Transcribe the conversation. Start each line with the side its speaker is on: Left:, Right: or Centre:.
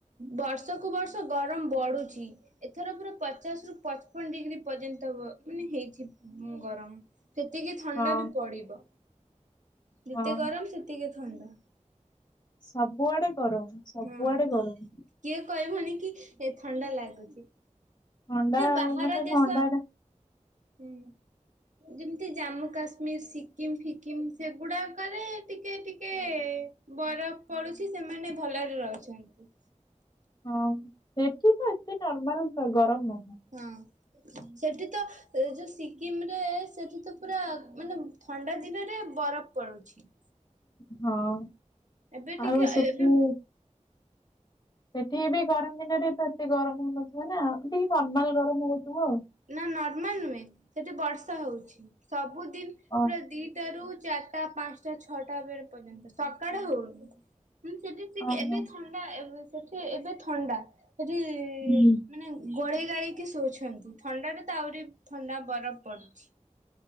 Right: ବର୍ଷକୁ ବର୍ଷ ଗରମ୍ ବଢୁଛି। ଏଥର ପୁରା ପଚାଶ ରୁ ପଚ୍ ପନ୍ ଡିଗ୍ରୀ ପର୍ଯ୍ୟନ୍ତ ମାନେ ହେଇଛି ଗରମ। ସେତିକି ଥଣ୍ଡା
Left: ହଁ
Right: ବି ପଡିବ, ଯେତେ
Left: ହଁ
Right: ଗରମ ସେତିକି ଥଣ୍ଡା।
Left: ସବୁଆଡେ ଗରମ୍, ସବୁଆଡେ
Right: ହୁଁ।
Left: ଗରମ୍।
Right: କିଏ କହିବନି କି ଏ ଥଣ୍ଡା ଲାଗୁଛି।
Left: ଥଣ୍ଡା
Right: ବାହାର
Left: ମାନେ
Right: ଦେଶ,
Left: ଥଣ୍ଡା ଟା
Right: ହୁଁ ଯେମିତି ଜାମ୍ମୁ କାଶ୍ମମିର୍ ସିକିମ୍ ଫିକିମ୍ ସେଗୁଡ଼ାକରେ ଟିକେ ଟିକେ ବରଫ ପଡୁଛି ସେମାନେ ଭଲରେ ରହୁଛନ୍ତ।
Left: ହଁ ସେଠି ତ ଏତେ ନର୍ମାଲ ଗରମ୍ ନୁହଁ।
Right: ହଁ ସେଠି ତ ଏ ଯୋଉ ସିକିମ୍ ରେ ସେଠି ତ ପୁରା ମାନେ ଥଣ୍ଡା ଦିନରେ ବରଫ ପଡୁଛି।
Left: ହଁ,
Right: ଏବେ
Left: ଆଉ
Right: ଟିକେ
Left: ସେଠୁ
Right: ଏବେ
Left: ସେଠି ବି ଗରମ୍ ଦିନରେ ତ ଏତେ ଗରମ୍ ହଉନଥିବ ନା ଟିକେ ନର୍ମାଲ ଗରମ୍ ହଉଥିବ ଆଉ।
Right: ନା ନର୍ମାଲ ନୁହେଁ, ସେଠି ବର୍ଷା ହଉଛି ସବୁଦିନ
Left: ଓ
Right: ପୁରା ଦି ଦଟାରୁ ଚାରିଟା ପାଞ୍ଚଟା ଛଅଟା ବେଳେ ପର୍ଯ୍ୟନ୍ତ ସକାଳେ ହଉନି, ହୁଁ ସେଠି ସିକ୍
Left: ଓହୋ
Right: ଏବେ ଥଣ୍ଡା ଏ ସେଠି ଏବେ ଥଣ୍ଡା ସେଠି-ଇ-ଇ-ଇ
Left: ହୁଁ
Right: ଗୋଳେଇ ଗାଳେଇକି ଶୋଉଛନ୍ତି ଥଣ୍ଡାରେ ତ ଆହୁରି ଥଣ୍ଡା ବରଫ ପଡୁଛି।